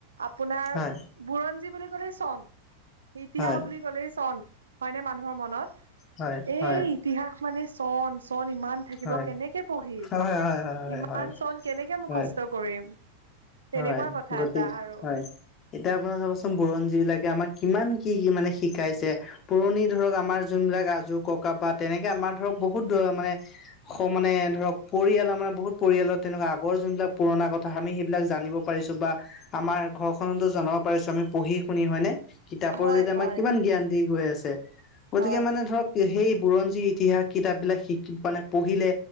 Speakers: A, on the right (about 75°); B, on the left (about 30°).
A: আপোনাৰ
B: হয়
A: বুৰঞ্জী বুলি ক'লে চন। ইতিহাস
B: হয়
A: বুলি ক'লেই, চন। হয়নে, মানুহৰ মনত?
B: হয়
A: এই,
B: হয়
A: ইতিহাস মানে, চন-চন ইমান থাকিব,
B: হয়
A: কেনেকে পঢ়িম?
B: হয় হয় হয়
A: ইমান
B: হয় হয় হয় হয়
A: চন, কেনেকে মুৰ্খস্থ
B: হয়
A: কৰিম? তেনেকুৱা
B: হয়
A: কথা
B: গতি
A: এটা আৰু।
B: হয় এতিয়া, আপোনাৰ চাবচোন? বুৰঞ্জী বিলাকে, আমাক কিমান, কি কি মানে, শিকাইছে। পুৰণি ধৰক, আমাৰ যোনবিলাক, আজো-ককা বা তেনেকে, আমাৰ ধৰক, বহুত ধৰ মানে, মানে ধৰক, পৰিয়ালৰ মানে, বহুত পৰিয়ালৰ তেনেকুৱা। আগৰ যোনবিলাক পুৰণা কথা, আমি সেইবিলাক জানিব পাৰিছোঁ বা আমাৰ ঘৰখনতো জনাব পাৰিছোঁ। আমি পঢ়ি শুনি হয়নে? কিতাপৰ
A: হয়
B: জৰিয়তে,
A: হয়
B: আমাক কিমান জ্ঞান দি গৈ আছে। গতিকে,
A: হয়
B: মানে ধৰক সেই বুৰঞ্জী, ইতিহাস, কিতাপ বিলাক শিকি মানে, পঢ়িলে।